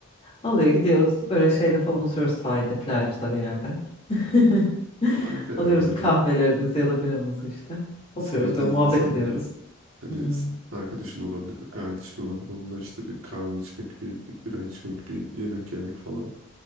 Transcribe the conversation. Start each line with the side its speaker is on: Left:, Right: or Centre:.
Left: Alıyor gidiyoruz. Böyle şeyde falan oturuyoruz sahilde plajda bir yerde. <laughs>
Right: Harika ya
Left: Alıyoruz
Right: öyle
Left: kahvelerimizi
Right: bir
Left: ya da biramızı işte. Oturuyoruz
Right: sevdiğin
Left: böyle muhabbet
Right: insanla
Left: ediyoruz.
Right: hani
Left: Hmm,
Right: s- arkadaşın olabilir, kardeşin olabilir. Onunla işte bir kahve içmek, bir, bir bira içmek, bir yemek yemek falan.